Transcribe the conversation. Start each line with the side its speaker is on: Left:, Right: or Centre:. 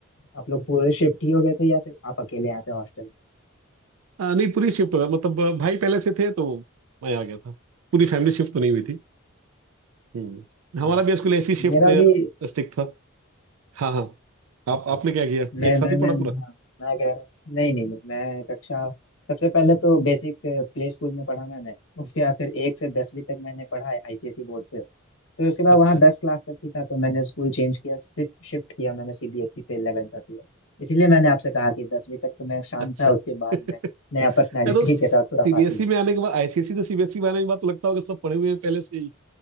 Left: आप लोग पूरे शिफ्ट ही हो गए थे या सिर्फ आप अकेले आए थे हॉस्टल
Right: अ, नहीं पूरी शिफ्ट हो गया मतलब अ, भाई पहले से थे तो मैं आ गया था पूरी फैमिली शिफ्ट तो नहीं हुई थी हम्म हमारा
Left: अच्छा
Right: भी स्कूल ऐसी शिफ्ट
Left: मेरा भी
Right: स्टिक था हाँ हाँ
Left: अच्छा
Right: आप आपने क्या किया
Left: मैं
Right: एक साथ
Left: मैं
Right: ही
Left: मैं
Right: पढ़ा पूरा
Left: हाँ, मैं कह रहा नहीं नहीं नहीं मैं कक्षा सबसे पहले तो बेसिक प्ले स्कूल में पढ़ा मैंने उसके बाद फिर एक से दसवीं तक मैंने पढ़ा है आईसीएसई बोर्ड से फिर उसके बाद
Right: अच्छा
Left: वहाँ दस क्लास तक ही था तो मैंने स्कूल चेंज किया शिफ्ट शिफ्ट किया मैंने सीबीएसई पे 11 तक किया इसलिए मैंने आपसे कहा कि दसवीं तक तो मैं शांत
Right: अच्छा
Left: था
Right: <laughs>
Left: उसके बाद
Right: अरे
Left: मैं नया पर्सनैलिटी
Right: तो सीबीएसई
Left: के साथ खुराफाती हूँ
Right: में आने के बाद आईसीएसई से सीबीएसई में आने के बाद तो लगता होगा सब पढ़े हुए हैं पहले से ही